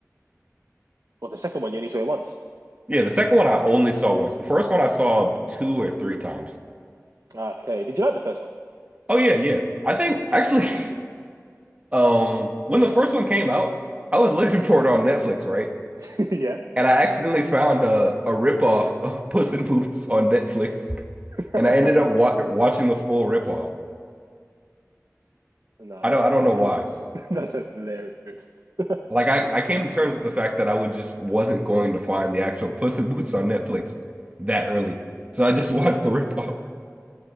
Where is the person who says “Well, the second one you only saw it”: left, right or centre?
Right